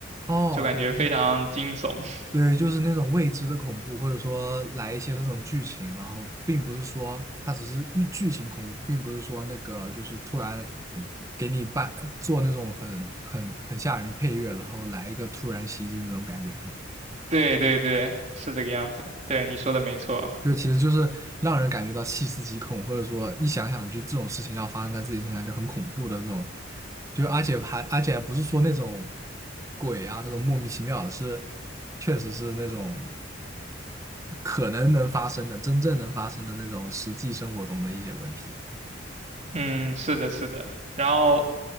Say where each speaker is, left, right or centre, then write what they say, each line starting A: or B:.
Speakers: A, on the right; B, on the right.
A: 哦，
B: 就感觉非常惊悚。
A: 对。对，就是那种未知的恐怖，或者说来一些这种剧情，然后并不是说它只是一剧情恐怖，并不是说那个就是突然给你办做那种很很很吓人的配乐，然后来一个突然袭击那种感觉，是吧？
B: <laughs> 对对对，是这个样子。对，你说的没错。
A: 就其实就是让人感觉到细思极恐，或者说一想想就这种事情要发生在自己身上就很恐怖的这种，就而且还而且还不是说那种鬼啊那种莫名其妙的，是确实是那种。可能能发生的、真正能发生的那种实际生活中的一些问题，
B: 嗯，是的，是的。然后，